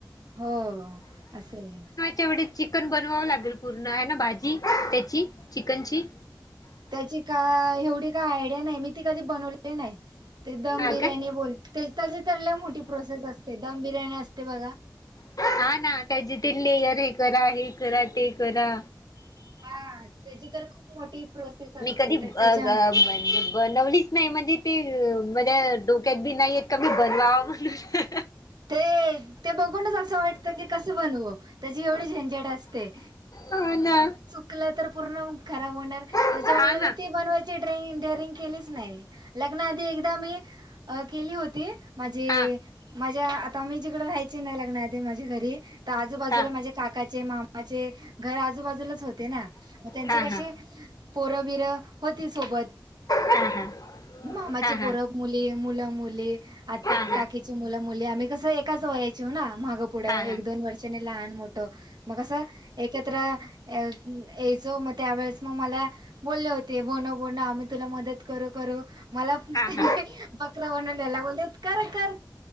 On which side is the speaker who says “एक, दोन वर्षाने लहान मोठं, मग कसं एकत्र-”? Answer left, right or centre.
Right